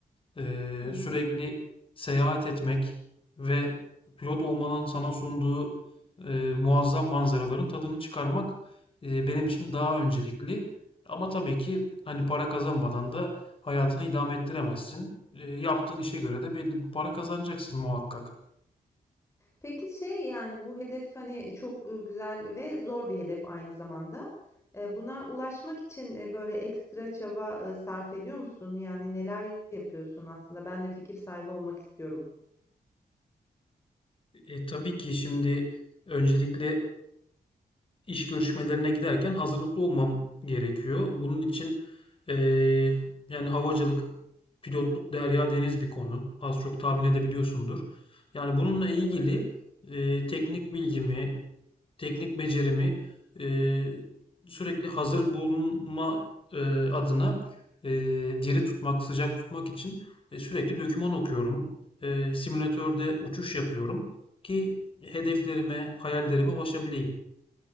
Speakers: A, on the left; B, on the left.
A: Eee,
B: Hı hı.
A: sürekli seyahat etmek ve pilot olmanın sana sunduğu eee, muazzam manzaraların tadını çıkarmak eee, benim için daha öncelikli. Ama tabii ki hani para kazanmadan da hayatını idame ettiremezsin. Eee, yaptığın işe göre de belli bir para kazanacaksın muhakkak.
B: Peki şey, yani, bu hedef, hani, e, çok, ııı, güzel ve zor bir hedef aynı zamanda. Eee, buna ulaşmak için, eee, böyle ekstra çaba, ııı, sarf ediyor musun? Yani, neler yapıyorsun aslında? Ben de fikir sahibi olmak istiyorum.
A: E, tabii ki şimdi öncelikle iş görüşmelerine giderken hazırlıklı olmam gerekiyor. Bunun için e, yani havacılık, pilotluk, derya deniz bir konu. Az çok tahmin edebiliyorsundur. Yani bununla ilgili
B: Evet.
A: e, teknik bilgimi, teknik becerimi eee, sürekli hazır bulunma eee, adına eee, diri tutmak, sıcak tutmak için e, sürekli doküman okuyorum. Eee, simülatörde uçuş yapıyorum ki hedeflerime, hayallerime ulaşabileyim.